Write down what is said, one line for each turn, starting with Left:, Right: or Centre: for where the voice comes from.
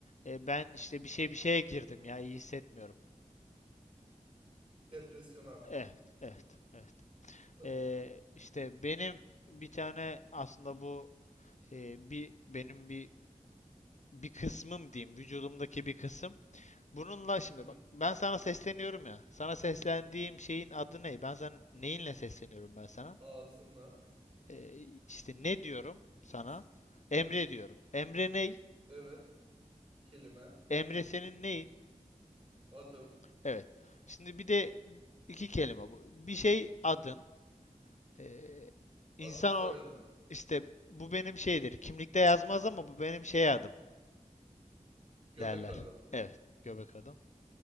Left: E, ben işte bir şey bir şeye girdim ya iyi hissetmiyorum.
Right: Depresyona.
Left: Evet evet evet.
Right: Tamam.
Left: Ee, işte benim bir tane aslında bu e, bir benim bir bir kısmım diyeyim vücudumdaki bir kısım. Bununla şimdi
Right: Hı hı.
Left: bak ben sana sesleniyorum ya. Sana seslendiğim şeyin adı ne? Ben sana neyinle sesleniyorum ben sana?
Right: Ağzına.
Left: Ee, işte ne diyorum sana?
Right: s-
Left: Emre diyorum. Emre ney?
Right: Evet. Kelime.
Left: Emre senin neyin?
Right: Adım.
Left: Evet. Şimdi bir de iki kelime bu. Bir şey adın. Ee,
Right: Adım
Left: insan
Right: soyadım.
Left: o işte bu benim şeydir. Kimlikte yazmaz ama bu benim şey adım.
Right: Göbek
Left: derler.
Right: adım.
Left: Evet, göbek adam.